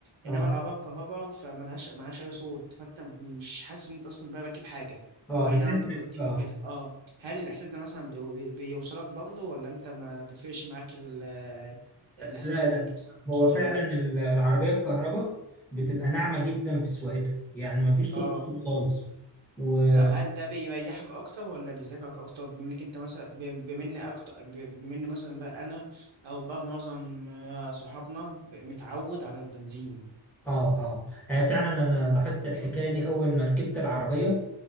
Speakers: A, in the centre; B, on the right.
A: اه
B: انما العربيه الكهرباء فملهاش ملهاش اي صوت فانت مش حاسس ان انت اصلا بقى راكب حاجه
A: اه بتحس
B: اي نعم بتوديك
A: ان اه
B: وكده اه هل الاحساس ده مثلا بي- بيوصلك برضه ولا انت ما بيفرقش معاك ال- آه،
A: لا
B: الاحساس ان
A: لا
B: انت بتسمع
A: هو
B: صوت
A: فعلا
B: او لا
A: ال- العربيه الكهرباء بتبقى ناعمه جدا في سواقتها يعني ما فيش صوت
B: اه
A: كتير خالص وبص
B: طب هل ده بيريحك اكتر ولا بيزعجك اكتر بما انك انت مثلا بي- بما إن اكتر بي- بما إن مثلا بقى انا او بقى معظم آه، صحابنا ب- متعود على البنزين
A: اه اه آه، فعلا انا لاحظت الحكايه دي اول ما ركبت العربيه